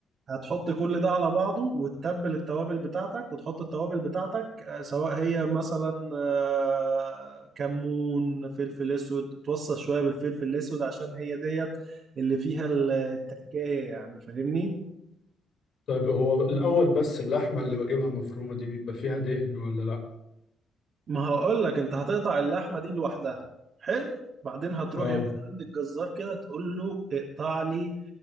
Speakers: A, on the right; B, on the left.
A: هتحط كل ده على بعضه وتتبل التوابل بتاعتك وتحط التوابل بتاعتك آه، سواء هي مثلا آه، كمون فلفل اسود توصل شوية بالفلفل الاسود عشان هي ديت اللي فيها التكاية يعني فاهمني
B: طيب هو الأول بس اللحمة اللي بجيبها مفرومة دي بيبقى فيها دهن ولا لأ؟
A: ما هقول لك انت هتقطع اللحمة دي لوحدها حلو بعدين هتروح
B: اه
A: يا باشا عند الجزار كده تقول له اقطع لي